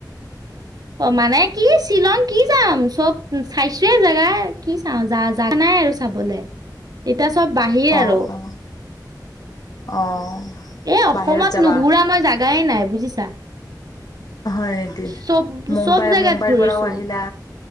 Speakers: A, on the right; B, on the left.
A: অ' মানে কি চিলন কি যাম চব চাইছোয়ে জোগা কি চাওঁ য- জাগা নাই আৰু চাবলৈ। এতিয়া চব বাহিৰ
B: অঁ
A: আৰু।
B: অঁ অঁ।
A: এই অসমত
B: বাহিৰত যাবা
A: নুঘুৰা মই জাগাই নাই বুজিছা।
B: হয় নেকি?
A: চব
B: মুম্বাই
A: চব জেগাত
B: মুম্বাইৰ
A: ঘূৰিছো।
B: পৰাও আহিলা